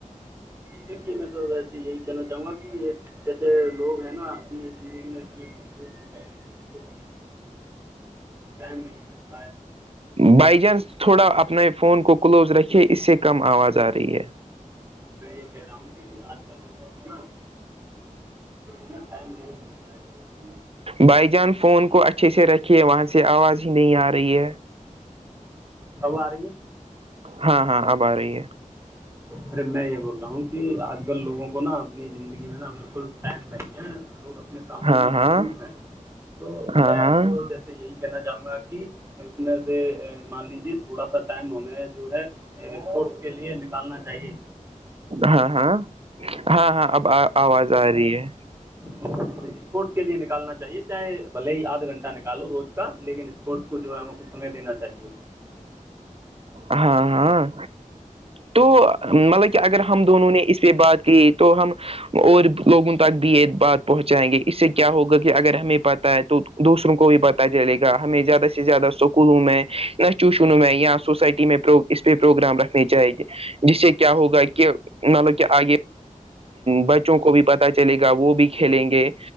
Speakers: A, on the right; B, on the right.
A: دیکھیے میں تو ویسے یہی کہنا چاہوں گا کہ یہ جیسے لوگ ہیں نا اپنی زندگی میں اپنے ہو گئے ہیں م ٹائم نہیں ملتا
B: بھائی جان تھوڑا اپنا فون کو کلوز رکھے اسے کم آواز آ رہی ہے
A: میں یہ کہہ رہا ہوں کہ آج کل لوگوں کو نا ٹم نہیں ملتا ہے
B: بائی جان فون کو اچھے سے رکھی وہاں سے آواز ہی نہیں آ رہی ہے
A: ہوا آ رہی ہے
B: ہاں ہاں اب آ رہی ہے
A: ارے میں یہ بول رہا ہوں کہ آج کل لوگوں کو نا اپنی زندگی میں نا بالکل ٹائم نہیں ہے لوگ اپنے کاموں
B: ہاں
A: میں مصروف
B: ہاں
A: ہیں تو
B: ہاں
A: میں
B: ہاں
A: تو جیسے یہی کہنا چاہوں گا کہ اس میں سے مان لیجیے تھوڑا سا ٹائم ہمیں جو ہے اسپورٹس کے لیے نکالنا چاہیے
B: ہاں ہاں ہاں ہاں اب آواز آ رہی ہے
A: <unintelligible> اسپورٹس کے لیے نکالنا چاہیے چاہے بل ہی آدھ گھنٹہ نکالو روز کا لیکن اسپورٹس کو جو ہے ہم خ ہمہیں دینا چاہیے-
B: ہاں-ہاں تو مل کہ اگر ہم دونوں نے اس پہ بات کی تو ہم- اور لوگوں تک بھی یہ بات پہنچائیں گے اس سے کیا ہوگا کہ اگر ہمیں پتہ ہے تو- دوسروں کو بھی پتا چلے گا ہمیں زیادہ سے زیادہ اسکولوں میں یا ٹیوشنوں میں یا سوسائٹی- میں اس پہ پروگرام رکھنے چاہیے- جس سے کیا ہوگا کہ مطلب کہ آگے بچوں کو بھی پتا- چلے گا وہ بھی کھیلیں گے